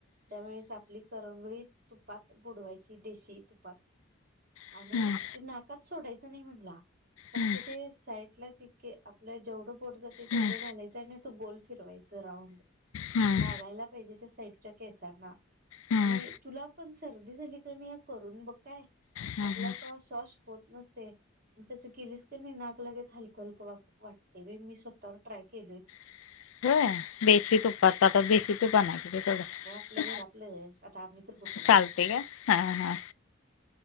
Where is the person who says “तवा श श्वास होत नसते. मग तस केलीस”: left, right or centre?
Right